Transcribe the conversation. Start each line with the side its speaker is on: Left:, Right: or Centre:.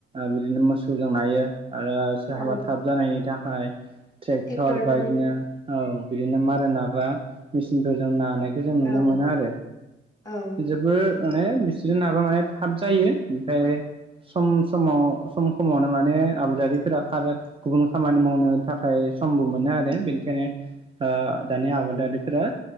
Right: बिदिनो मोसौजों नायो आरो सोरहाबा
Left: औ
Right: थाब जानायनि थाखाय ट्रेक्टर
Left: ट्रेक्टरजों
Right: बा इदिनो औ बिदिनो माराय नाग्रा मेचिनफोरजों नानाय खौ जों नुनो
Left: औ
Right: मोनो आरो
Left: औ
Right: जोबोर माने बिसोरजों नाबा माने थाब जायो ओमफ्राय सम समाव सम समावनो माने आबादारिफोरा खारो गुबुन खामानि मावनो थाखाय समबो मोनो आरो बेनिखायनो दानि आबादारिफोरा